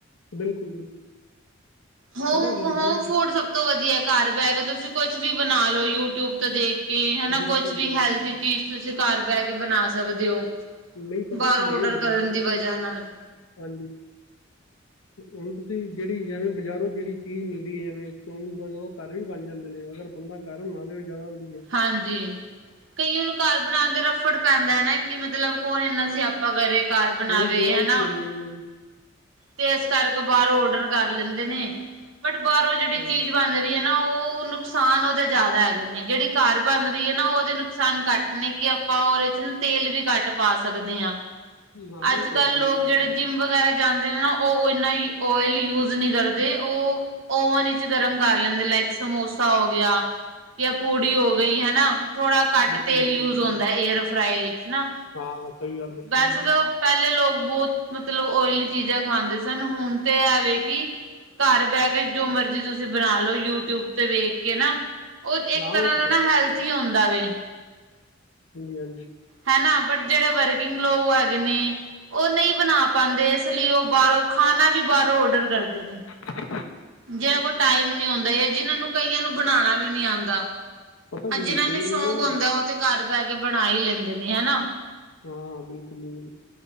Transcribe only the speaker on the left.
ਬਿਲਕੁਲ ਜੀ।
ਪਤਾ ਕੀ
ਹੈ ਜੀ
ਬਿਲਕੁਲ
ਜੀ ਬਿਲਕੁਲ
ਨਹੀਂ ਪਤਾ
ਕੀ
ਹੈ
ਜਿਵੇਂ
ਹਾਂਜੀ। ਹੁਣ ਤੁਸੀਂ ਜਿਹੜੀ ਜਿਵੇਂ ਬਜ਼ਾਰੋਂ ਜਿਹੜੀ ਚੀਜ਼ ਮਿਲਦੀ ਹੈ, ਜਿਵੇਂ ਚੌਮਿਨ ਵ ਉਹ ਘਰ ਵੀ ਬਣ ਜਾਂਦੇ ਨੇ ਅਗਰ ਬੰਦਾ ਘਰ ਬਣਾ ਲਏ ਓ ਜਾਦਾ ਵਧੀਆ।
ਉਹ
<unintelligible>
ਹਾਂਜੀ
ਹਾਂ ਉਹ
ਤੇ
ਹੈ ਹੀ
ਹੈ
ਬਿਲਕੁਲ
ਬਿਲਕੁਲ
ਜੀ
ਬਿਲਕੁਲ
ਹਾਂ ਸਹੀ ਗੱਲ ਹੈ
ਜੀ ਬਿਲਕੁਲ
ਉਹ
ਤੇ ਸਹੀ
ਗੱਲ
ਹਾਂਜੀ-ਹਾਂਜੀ।
ਹ।
ਪਤਾ ਕੀ
ਹੈ ਕਈਆਂ
ਨਾ
ਹਾਂ ਬਿਲਕੁਲ ਜੀ ਬਿਲਕੁਲ,